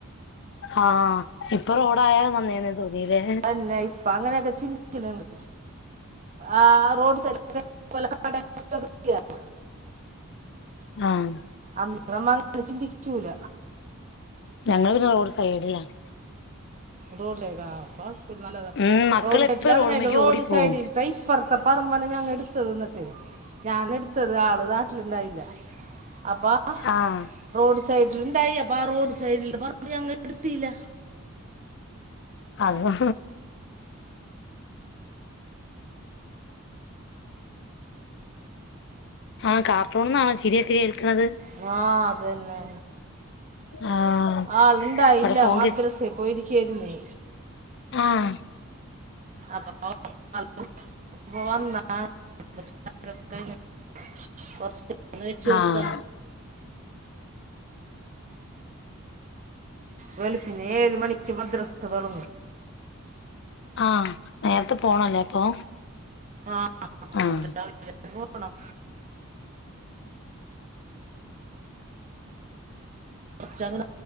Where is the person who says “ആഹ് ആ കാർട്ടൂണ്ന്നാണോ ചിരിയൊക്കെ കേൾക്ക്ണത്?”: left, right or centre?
Left